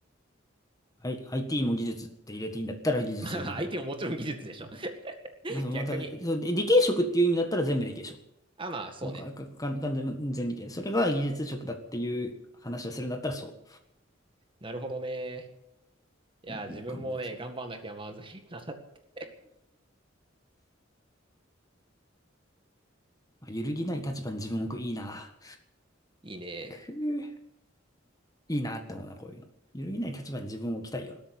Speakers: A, on the left; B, on the right.
A: はい、IT も技術って入れていいんだったら技術寄りの方。
B: <laughs> まあ、まあ相手ももちろん技術でしょ。<laughs>
A: まあそう、
B: 逆に。
A: また、そうで理系職っていう意味だったら全部理系職。
B: あ、まあ、そうね。
A: もうか、か、か、完全全理系。それが技術職だっていう話をするんだったらそ
B: なるほどね。いや、自分もね、
A: ういう考えですね。
B: 頑張んなきゃまずいな。<laughs>
A: まあ揺るぎない立場に自分を置く。いいな。
B: いいね。
A: くぅいいなって思うな、こういうの。揺るぎない立場に自分を置きたいよ